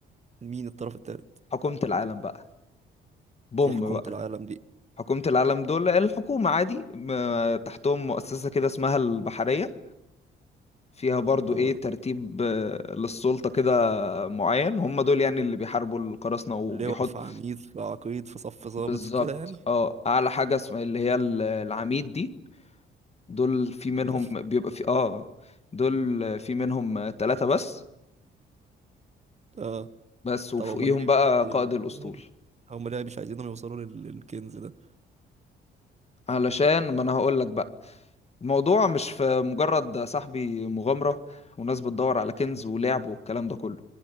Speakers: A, on the right (about 35°); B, on the left (about 30°).
A: مين الطرف الثالث
B: حكومة العالم بقى بوم
A: دي حكومه
B: بقى
A: العالم دي
B: حكومة العالم دول الحكومة عادي م- تحتهم مؤسسة كده اسمها البحرية فيها برضو
A: اه
B: ايه ترتيب آه، للسلطة كده معين هم دول يعني اللي بيحاربوا القراصنة وبيحط
A: لواء في عميد في عقيد في صف ضابط
B: بالظبط
A: في كده يعني
B: اه اعلى حاجة اسمها اللي هي ال- العميد دي دول في منهم
A: ده بجد
B: بيبقى في اه دول في منهم ثلاثة بس
A: اه
B: بس وفوقيهم
A: طب امال ليه
B: بقى
A: بيمنعوهم
B: قائد الأسطول
A: هم ليه مش عايزينهم يوصلوا لل- للكنز ده
B: علشان ما انا هقول لك بقى الموضوع مش في مجرد صاحبي مغامرة وناس بتدور على كنز ولعب والكلام ده كله